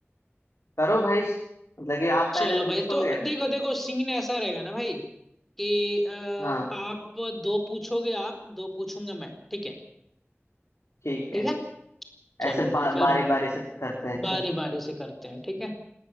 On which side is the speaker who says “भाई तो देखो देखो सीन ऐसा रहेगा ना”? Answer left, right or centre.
Centre